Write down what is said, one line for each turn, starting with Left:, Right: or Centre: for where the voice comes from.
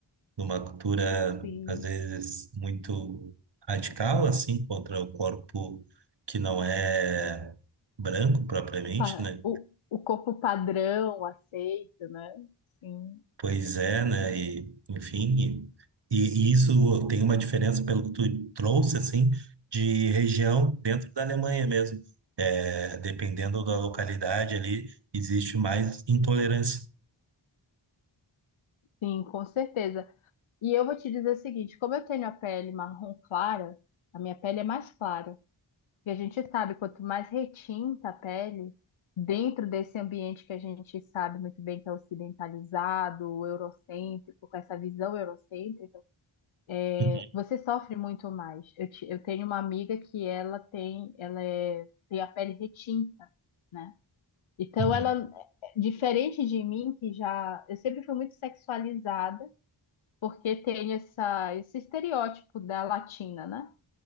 Right: Numa cultura,
Left: sim.
Right: às vezes, muito radical, assim, contra o corpo que não é branco propriamente,
Left: Pa-
Right: né?
Left: O, o corpo padrão aceita, né? Sim,
Right: Pois é, né? E, enfim, e, e isso tem uma diferença pelo que tu trouxe, assim, de região dentro da Alemanha mesmo. É, dependendo da localidade ali, existe mais intolerância.
Left: sim, com certeza. E eu vou te dizer o seguinte: como eu tenho a pele marrom clara, a minha pele é mais clara. E a gente sabe, quanto mais retinta a pele, dentro desse ambiente que a gente sabe muito bem que é ocidentalizado, eurocêntrico, com essa visão eurocêntrica, é,
Right: Uhum,
Left: você sofre muito mais. Eu, te- eu tenho uma amiga que ela tem, ela é- tem a pele retinta, né? Então
Right: uhum.
Left: ela, é, diferente de mim, que já, eu sempre fui muito sexualizada, porque tem essa, esse estereótipo da latina, né?